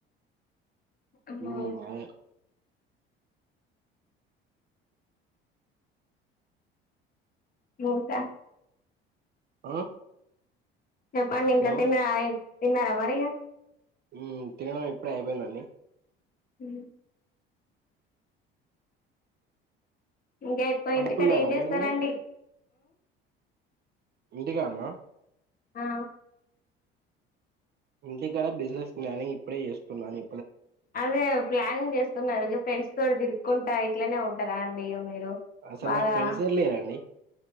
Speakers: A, on the left (about 30°); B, on the right (about 35°).
A: ఒక్క మా
B: ఉమ్ అదే
A: క్లోజా
B: ఆ
A: చెప్పండింఇంక
B: హలో
A: తిన్నరా తిన్నారా మరిగ
B: ఊ తినడం ఇప్పుడే అ యిపొయిందండి
A: ఊ ఇంకా ఎక్కువ
B: పడుకున్నారా
A: ఇంటికాడ ఏంజేస్తరండి
B: మీరు మీరు ఇంటికాన్నా
A: ఆ
B: ఇంటికాడ బిజినెస్ మ్యానింగ్ ఇప్పుడే జేస్తున్నాను
A: అదే ప్లానింగ్ చేస్తున్నారు ఇగ ఫ్రెండ్స్ తో తిరుక్కుంటా ఇట్లనే ఉంటారా అండి ఇగ మీరు ఉ
B: అసలు
A: బాగా
B: నాకు ఫ్రెండ్సే లేరండి